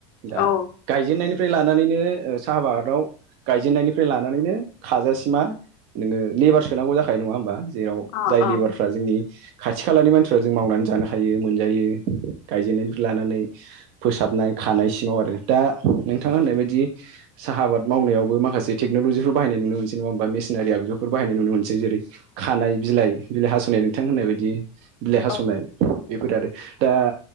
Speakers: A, on the right; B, on the left.
A: दा
B: औ
A: गायजेननायनि फ्राय लानानैनो साहा आबादाव गायजेननायनिफ्राय लानानैनो खाजासिमा नोङो लेबार सोनांगौ जाखायो नङा होमबा? जेराव
B: अ
A: जाय
B: अ
A: लेबारफ्रा जोंनि खाथि खालानि मानसिफ्रा जों मावनानै जानो हायो मोनजायो। गायजेननायनिफ्राय लानानै फोसाबनाय खानाय सिमाव आरो दा नोंथाङा होननायबायदि साहा आबाद मावनायावबो माखासे टेगन'लजिफोर बाहायनाय नुनो मोनसै नङा होमबा मेसिनारि आगजुफोर बाहायनाय नुनो मोनसै जेरै खानाय बिलाइ बिलाइ हास'नाय नोंथां होननाय बायदि बिलाइ हास'नाय
B: औ
A: बेफोरो आरो दा